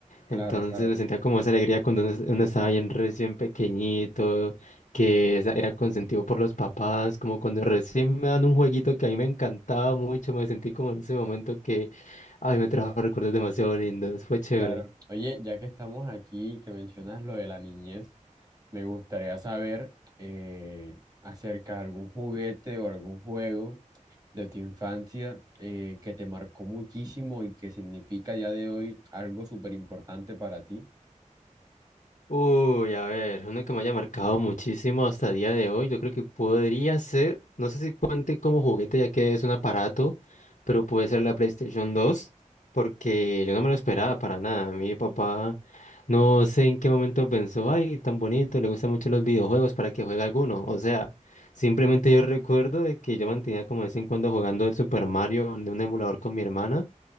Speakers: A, on the right (about 30°); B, on the left (about 75°).
A: Claro,
B: Entonces
A: claro,
B: me sentía como esa alegría cuando uno, uno estaba bien recién pequeñito, que esa- era consentido por los papás, como cuando recién me dan un jueguito que a mí me encantaba mucho, me sentí como en ese momento que, ay, me trajo recuerdos demasiado lindos, fue chévere.
A: claro. Oye, ya que estamos aquí, que mencionas lo de la niñez. Me gustaría saber eh, acerca de algún juguete o algún juego de tu infancia eh, que te marcó muchísimo y que significa a día de hoy algo súper importante para ti.
B: Uy, a ver, uno que me haya marcado muchísimo hasta el día de hoy, yo creo que podría ser, no sé si cuente como juguete ya que es un aparato, pero puede ser la PlayStation 2, porque yo no me lo esperaba para nada. Mi papá no sé en qué momento pensó, ay, tan bonito, le gustan mucho los videojuegos para que juegue alguno. O sea, simplemente yo recuerdo de que yo mantenía como de vez en cuando jugando el Super Mario de un emulador con mi hermana.